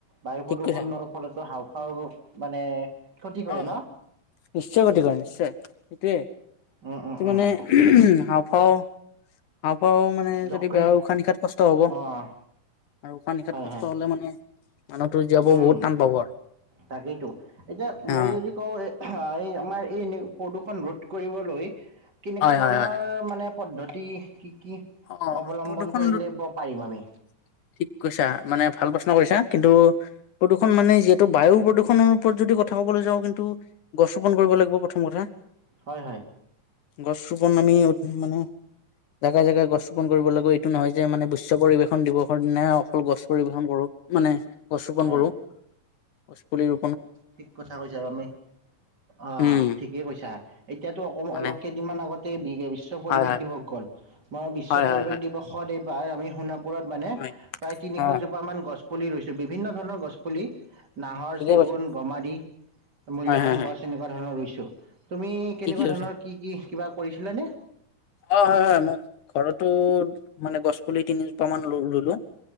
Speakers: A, on the right; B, on the left.
A: বায়ু
B: ঠিক
A: প্ৰদূৰষণৰ
B: কৈছা
A: ফলতে। হাওফাওৰো। মানে। ক্ষতি কৰে
B: অ
A: ন?
B: নিশ্চয় গতিকে নিশ্চয় এটোয়ে।
A: উম, উম,
B: এটো
A: উম,
B: মানে <unintelligible>
A: ঠিকেই
B: হাওফাও হাওঁফাও, মানে
A: যকৃত
B: যদি গাৰ উশাহ নিশাহাত কষ্ট হ'ব
A: অ'
B: আৰু। উশাহ -নিশাত
A: হয়,
B: কষ্ট
A: হয়,
B: হ'লে মানে, মানুহতো জীয়াবৰ
A: উম।
B: বহুত টান পাব আৰু।
A: তাকেইতো। এতিয়া,
B: অ
A: মই যদি কওঁ এই। হয় এই আমাৰ এই এনেও প্ৰদূষণ ৰোধ কৰিবলৈ কেনেকুৱা
B: হয়
A: ধৰণৰ
B: হয় হয়
A: মানে পদ্ধতি কি
B: অ',
A: অৱলম্বন
B: প্ৰদূষন
A: কৰিলে
B: ঠিক
A: পাৰিম আমি
B: কৈছা, মানে ভাল প্ৰশ্ন কৰিছা। কিন্তু প্ৰদূষণ মানে, যিহেতু বায়ু প্ৰদূষণৰ ওপৰত যদি কথা কবলৈ যাওঁ, কিন্তু গছ ৰোপন কৰিব লাগিব প্ৰথম কথা।
A: হয়, হয়।
B: গছ ৰোপণ আমি <unintelligible> মানে জেগা, জেগা গছ ৰোপন কৰিব গৈ এইটো, নহয় যে, মানে বিশ্ব পৰিবেশন দিৱসৰ দিনাই অকল গছ পৰিবেশন কৰোঁ মানে। গছ ৰোপন
A: হয়,
B: কৰোঁ। গছ পুলি ৰু
A: ঠিক কথা কৈছা আমি অ',
B: উম
A: ঠিকেই কৈছা, এতিয়াতো অক-অলপ
B: মানে
A: কেইদিনমান আগতে বি-বিশ্ব পৰিৱেশ
B: হয় হয়
A: দিৱস গ'ল মই বিশ্ব
B: হয়
A: পৰিৱেশ
B: হয় হয়
A: দিৱসৱ <unintelligible> আমি শুনা ওপৰত মানে
B: হয়
A: প্ৰায় তিনিশ
B: অ
A: জোপা মান গছ পুলি ৰুইছে, বিভিন্ন ধৰণৰ গছ পুলি। নাহৰ,
B: ঠিকে
A: চেকু
B: কৈছা
A: গমা দি, মূল্যবান
B: হয় হয় হয়
A: গছ এনেকুৱা <unintelligible> ৰুইছো। তুমি
B: ঠিকে
A: কেনেকুৱা
B: কৈছা
A: ধৰণৰ কি কি কিবা কৰিছিলে নে?
B: অ' হয় হয়, মই ঘৰতো মানে গছ পুলি তিনি জোপা মান ৰুলো।